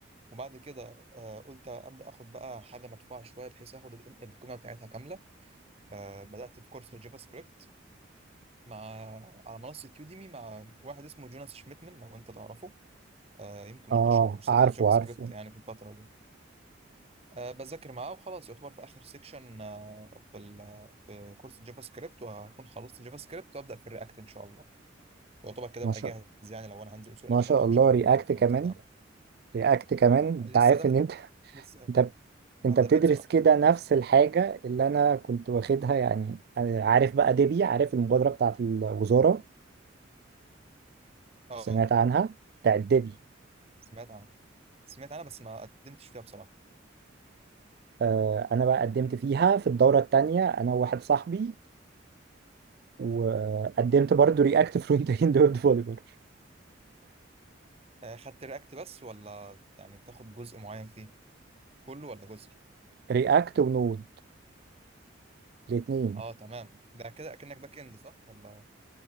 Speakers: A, on the right (about 30°); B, on the right (about 50°).
A: وبعد كده آه قلت أبدأ آخد بقى حاجة مدفوعة شوية بحيث آخد ال- القيمة بتاعتها كاملة آه بدأت في كورس جافا سكريبت مع على منصة يوديمي مع واحد اسمه جوناس شميتمن لو أنت تعرفه آه يمكن
B: اه
A: من أشهر كورسات
B: عارفه
A: الجافا سكريبت
B: عارفه
A: يعني في الفترة دي أه بذاكر معاه وخلاص يعتبر في آخر سيكشن أه في ال- في كورس الجافا سكريبت وهكون خلصت جافا سكريبت وأبدأ في الرياكت إن شاء الله يعتبر كده
B: ما
A: أبقى
B: شاء
A: جاهز يعني لو أنا هنزل سوق
B: ما
A: العمل
B: شاء
A: أو
B: الله
A: أشتغل
B: رياكت
A: في مكان الفرونت
B: كمان
A: إند عامة
B: رياكت كمان انت
A: لسه
B: عارف
A: ده
B: ان انت <laughs>
A: لسه
B: انت انت
A: هبدأ
B: بتدرس
A: فيه بصراحة
B: كده نفس الحاجة اللي انا كنت واخدها يعني أنا عارف بقى ديبي عارف المبادرة بتاعت الوزارة
A: اه
B: سمعت عنها بتاعت ديبي
A: سمعت عنها سمعت عنها بس ما قدمتش فيها بصراحة
B: آه، انا بقى قدمت فيها في الدوره الثانيه انا وواحد صاحبي وقدمت برضو رياكت فرونت اند ويب ديفلوبر
A: آه خدت رياكت بس ولا يعني بتاخد جزء معين فيه كله ولا جزء
B: رياكت <laughs> ونود الاثنين
A: اه تمام ده كده اكنك باك اند صح ولا